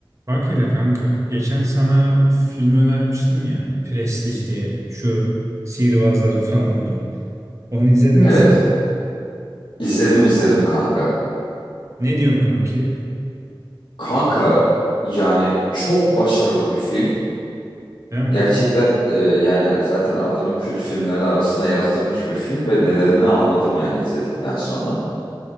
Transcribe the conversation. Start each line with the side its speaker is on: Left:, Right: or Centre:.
Right: Bak hele kanka, geçen sana film önermiştim ya, Prestige diye, şu sihirbazların <laughs> falan olduğu. Onu izledin mi
Left: Evet,
Right: sen?
Left: izledim izledim kanka.
Right: Ne diyorsun kanki?
Left: Kanka yani çok başarılı bir film.
Right: Değil mi?
Left: Gerçekten e, yani zaten adını kült filmlerin arasına yazdırmış bir film ve nedenini anladım yani izledikten sonra.